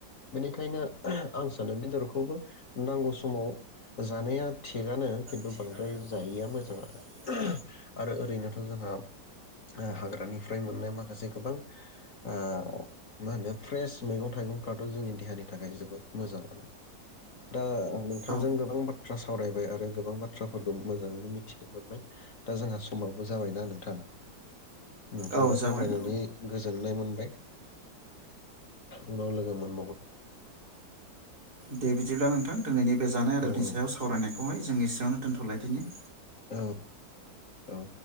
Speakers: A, on the left; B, on the right.
A: बेनिखायनो ओहो आं सानो बेदरखौबो नांगौ समाव जानाया थिगानो खिन्थु
B: थिगानो
A: बांद्राय
B: खिन्थु
A: जायैया
B: बांद्राय
A: मोजां आरो
B: जायैया मो
A: आरो ओरैनोथ' जोंहा ओ हाग्रानिफ्राय मोननाय माखासे गोबां ओ मा होनो फ्रेस मैगं थाइगंफ्राथ' जोंनि देहानि थाखाय जोबोद मोजाङानो दा नोंथांजों
B: औ
A: गोबां बाथ्रा सावरायबाय आरो गोबां बाथ्राफोरखौ मोजाङैनो मिथिनो मोनबाय दा जोंहा समाबो जाबायना नोंथां नोंथांजों
B: औ जाबाय
A: सावरायनानै गोजोननाय मोनबाय उनाव लोगो मोन
B: दे बिदिब्ला नोंथां दिनैनि बे जानाय आदारनि
A: औ
B: सायाव सावरायनायखौहाय जों एसेयावनो दोनथ'लायदिनि।
A: औ औ।